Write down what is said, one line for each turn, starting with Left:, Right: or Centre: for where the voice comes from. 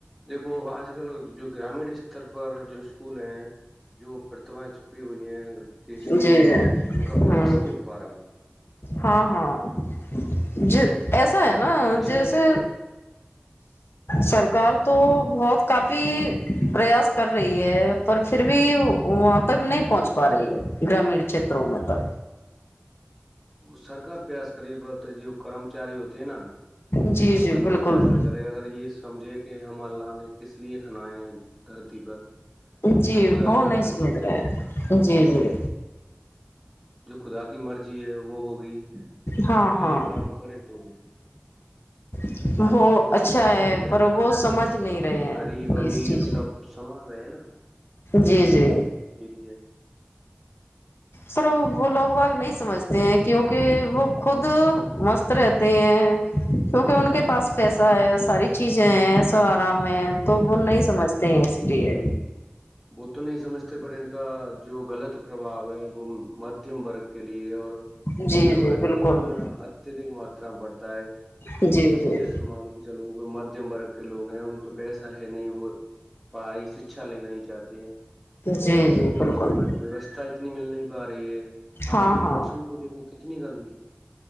Centre: دیکھو آج کل جو گرامین استر پر جو اسکول ہیں جو پرتمایں چھپی ہوئی ج دیش کے
Left: جی جی
Centre: اندر ان کا
Left: ہ
Centre: وکاس نہیں ہو پا رہا ہے
Left: ہاں ہاں ج ایسا ہے نا
Centre: شکھا
Left: جیسے
Centre: ایک
Left: سرکار تو بہت کافی پریاس کر رہی ہے پر پھر بھی وہاں تک نہیں پہنچ پا رہی ہے گرامیڑ چتوں میںتا
Centre: وہ سرک پریاس کریے بت جو کرمچاری ہوتے ہے نا
Left: جی جی
Centre: وہ اتنا
Left: بالکل
Centre: پیاس نہیں کر رہے اگر یہ سمجھے کہ ہم اللہ نے کس لیے کھنیں دھرتی پر
Left: جی
Centre: جو خدا
Left: بت
Centre: کی رحمیت
Left: نہیں سمجھ
Centre: ہے
Left: رہے جی جی
Centre: جو خدا کی مرضی ہے وہ ہوگی
Left: ہاں
Centre: تو وہ
Left: ہاں
Centre: یہ کام کرے تو
Left: <inaudible> وہ اچھا
Centre: سب
Left: ہے
Centre: بڑھیا
Left: پر
Centre: رہے
Left: وہ سمجھ نہیں رہے ہیں
Centre: غریب امیر
Left: اس چیز
Centre: سب سمان رہے نا
Left: جی جی
Centre: ایک
Left: سر وہ لوگ باگ نہیں سمجھتے ہیں کیوںکہ وہ خود مست رہتے ہیں کیونکہ ان کے پاس پیسہ ہے ساری چیزیں ہیںسو
Centre: ج
Left: تو وہ نہیں سمجھتے ہیںے اس لیے
Centre: وہ تو نہیں سمجھتے پر ان کا جو غلط پرباو ہے وہ مدھیم ر کے لی لی اور
Left: جی
Centre: نمن
Left: جی
Centre: وورگ
Left: بالکل
Centre: کے لیے اتنا اتدک ماتا میں پڑتا ہے
Left: جی
Centre: کہ
Left: جی
Centre: جیسے مان کے چلو مدھیم ورگ کے لوگ ہیں ان پہ پیسہ ہے نہیں وہ پڑھائی شکھا لے کہتے ہیں
Left: جی
Centre: اور
Left: جی
Centre: سرکاری
Left: بالکل
Centre: اسکول میں ویوستھا اتنی مل نہیں پا رہی ہے
Left: ہاں
Centre: آج کل
Left: ہاں
Centre: موسم کو دیکھو کتنی گرمی